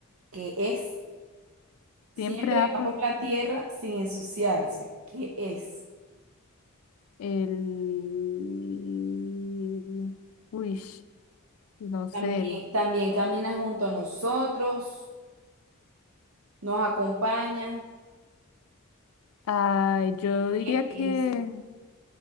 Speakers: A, on the right (about 75°); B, on the left (about 80°).
A: ¿Qué es? Siempre
B: Siempre da
A: va
B: por
A: por
B: la-
A: la tierra sin ensuciarse. ¿Qué es?
B: el... Uy, no sé,
A: También,
B: el...
A: también camina junto a nosotros, nos acompaña.
B: Ay, yo diría
A: ¿Qué es?
B: que,